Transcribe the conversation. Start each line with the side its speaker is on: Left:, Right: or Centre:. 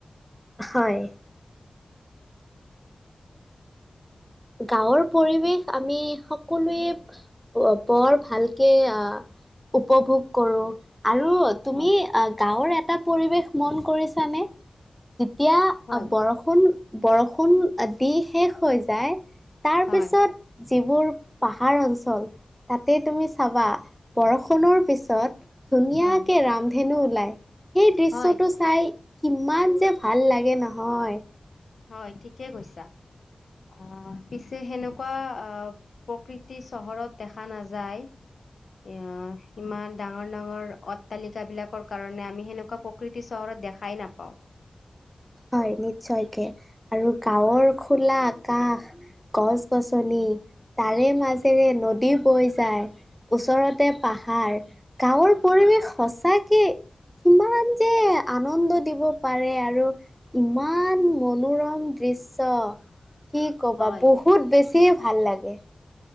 Centre: হয়। গাওঁৰ পৰিৱেশ আমি সকলোৱে বৰ ভালকে আ উপভোগ কৰোঁ আৰু তুমি
Left: হয়,
Centre: গাওঁৰ এটা পৰিৱেশ মন কৰিছানে? যেতিয়া
Left: হয়।
Centre: বৰষুণ বৰষুণ দি শেষ হৈ যায়। তাৰ
Left: হয়,
Centre: পিছত। যিবোৰ পাহাৰ অঞ্চল তাতে তুমি চাবা বৰষুণৰ পিছত। ধুনীয়াকে
Left: হয়,
Centre: ৰামধেনু ওলাই, সেই দৃশ্যটো
Left: হয়,
Centre: চাই কিমান যে ভাল লাগে। সে নহয়।
Left: হয় ঠিকে কৈছা। আ, পিছে সেনেকুৱা আ, প্ৰকৃতি চহৰত দেখা নাযায়। এ, ইমান ডাঙৰ ডাঙৰ অট্টালিকা বিলাকৰ কাৰণে আমি সেনেকুৱা প্ৰকৃতি চহৰ দেখাই নাপাওঁ।
Centre: হয়, নিশ্চয়কে আৰু গাঁৱৰ খোলা আকাশ গছ -গছনি তাৰে মাজেৰে নদী বৈ যায়। ওচৰতে পাহাৰ গাঁৱৰ পৰিৱেশ সঁচাকে কিমান যে আনন্দ দিব পাৰে আৰু। ইমান মনোৰম দৃশ্য। কি ক'বা
Left: হয়,
Centre: বহুত বেছিয়ে ভাল লাগে।